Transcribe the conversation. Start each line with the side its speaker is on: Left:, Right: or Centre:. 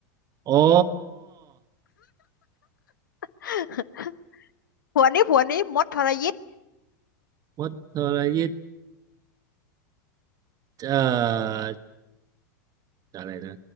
Right: อ๋อ
Left: <laughs> ผวนนี้ผวนนี้มดทรยิต
Right: มดทรยิตเอ่ออะไรนะ